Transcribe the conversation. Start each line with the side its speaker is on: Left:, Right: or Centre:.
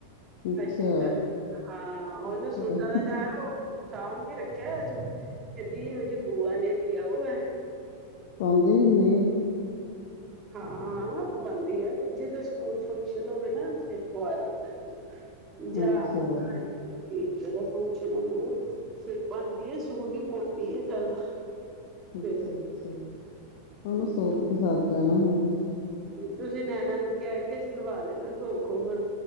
Left: ਅੱਛਾ
Right: ਅਸ਼ਞਿਤਾ ਹਾਂ ਉਹਨੂੰ
Left: ਅੱਛਾ
Right: ਸੂਟਾਂ ਦਾ ਚਾਹ ਓ ਸਾਂਭ ਕੇ ਰੱਖਿਆ ਹੂਆ ਸ ਕਹਿੰਦੀ ੳਦੀ ਬੂਆ ਨੇ ਦਿਆ ਹੁਆ ਏ
Left: ਪਾਂਦੇ ਹੁੰਦੇ ਆ
Right: ਹਾਂ ਹਾਂ ਪਾਉਂਦੀ ਆ ਜਿਦੋ ਸਕੂਲ ਫੰਕਸ਼ਨ ਹੋਵੇ ਨਾ ਫਿਰ ਹੋਆ ਦਦਾ ਜਾਂ
Left: ਅੱਛਾ
Right: ਘਰ ਵਿੱਚ <unintelligible> ਇਏਦਾਂ ਦਾ ਫੰਕਸ਼ਨ ਆ ਮੈਲੂੰ ਫਿਰ ਬਣਦੀ ਆ ਸੂਟ ਹੀ ਪਾਉਂਦੀ ਹੈ ਜ਼ਿਆਦਾ <unintelligible>
Left: ਅੱਛਾ
Right: ਫਿਰ
Left: -ਅੱਛਾ ਉਨੂੰ
Right: ਹਮ
Left: ਸੂਟ ਪਸੰਦ ਐ ਨਾ ਹੋਗੇ
Right: ਤੁਸੀਂ ਨੈਣਾ ਨੂੰ ਕਹਿ ਕੇ ਸਲਵਾ ਦੇਣਾ ਦੋ ਖੋਬਰ